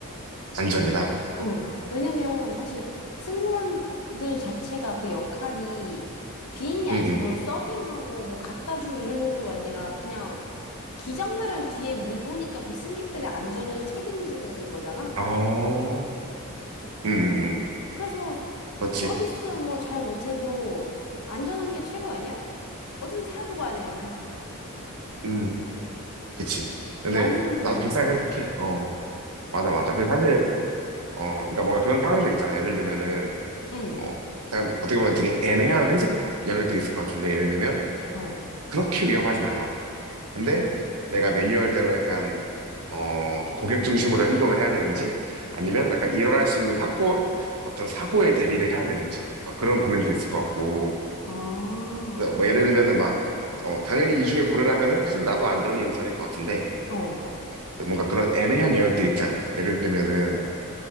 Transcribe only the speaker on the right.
안전이다.
응,
응. 어, 응, 응, 응.
그렇지.
응, 그치. 근데
나도
비슷하게
생각해. 어, 맞아, 맞아. 그 사실, 어, 그러니까 뭔가 그런 상황들 있잖아. 예를 들면은,
어, 그냥 어떻게 보면 되게 애매한 회색 연료등이 있을 것 같은데, 예를 들면,
그렇게 위험하진 않아. 근데
내가 매뉴얼대로 약간, 어, 고객 중심으로 행동을 해야 되는지, 아니면 약간 일어날 수 있는 사고, 어떤 사고에 대비를 해야 되는지, 막 그런 고민도 있을 것 같고,
그래서 뭐 예를 들면은 막, 어, 당연히 이 중에 고르라면은 사실 나도 안전이 우선일 것 같은데,
어, 뭔가 그런 애매한 영역들이 있지 않을까? 예를 들면은